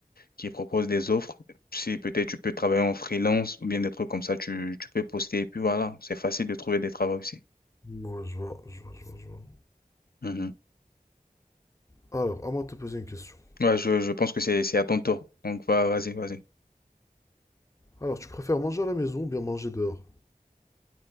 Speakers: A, on the left; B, on the left.
A: qui proposent des offres. Si peut-être tu peux travailler en freelance ou bien des trucs comme ça, tu, tu peux poster et puis voilà, c'est facile de trouver des travaux aussi.
B: Ouais, je vois, je vois, je vois, je vois.
A: Mhm.
B: Alors, à moi de te poser une question.
A: Ouais, je, je pense que c'est, c'est à ton tour. Donc, va, vas-y, vas-y.
B: Alors, tu préfères manger à la maison ou bien manger dehors?